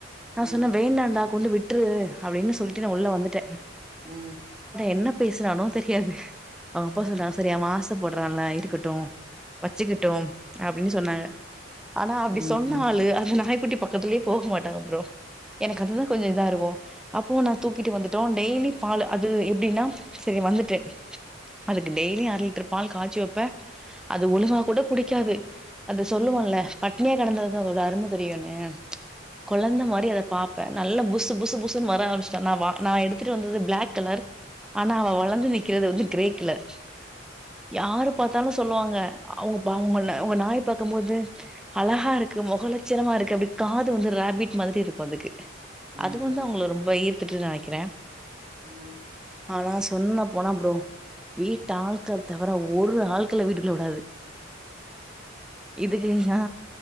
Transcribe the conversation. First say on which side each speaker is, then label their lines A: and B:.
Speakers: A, in the centre; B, on the right.
A: நான்
B: ம்
A: சொன்னே வேண்டாண்டா கொண்டு விட்ரு அப்டின்னு சொல்லிட்டு நான் உள்ள வந்துட்டேன்
B: ம்
A: என்ன பேசனானோ தெரியாது அவங்க அப்பா சொல்றாங்க சரிய அவன் ஆச படுரல இருக்கட்டு வச்சுக்கட்டு அப்படின்னு சொன்னாங்க ஆனா அப்டி
B: ம்
A: சொன்னாலு
B: ம் ம்
A: அது நாய்குட்டி பக்கத்துலேயே போக மாட்டாங்க அ பறோ எனக்கு அதுதா கொஞ்சோ இதா இருக்கு அப்போ நா தூக்கிட்டு வந்துட்டோ டெய்லி பாலு அது எப்டின்னா செரி வந்துட்டு அதுக்கு டெய்லி அர லிட்டர் பால் காய்ச்சி வப்பே அது ஒழுங்கா கூட குடிக்காது அது சொல்லுவோல பட் ண்ணைய கிடந்ததா அதோட அரும தெரியுனு குழந்த மாரி அத பா பா நல்ல புசு புசு புசு வரம்பிச்சுட்டா நா எடுத்துட்டு வந்தது பிள் கலர் ஆனா அவ வளர்ந்து நிற்கிறது வந்து கிரே கலர் யாரு பாத்தாலு சொல்லுவாங்க அவங்கங்க உங்க நாய் பாார்கக்கும் போது அழகா இருக்கு முகலச்சணமா இருக்கு அப்படி காது வந்து ரபிட் மாதிரி இருக்கு அதுக்கு
B: ம்
A: அது வந்து அவங்க ரொம்ப த்துட்டு நினைக்கிற
B: ம்
A: ஆனா சொன்ன போன புறோ வீட்டு ஆட்கள் தவிர ஒரு ஆட்கள வீட்டுக்குள்ள விடாது இதுக்குயா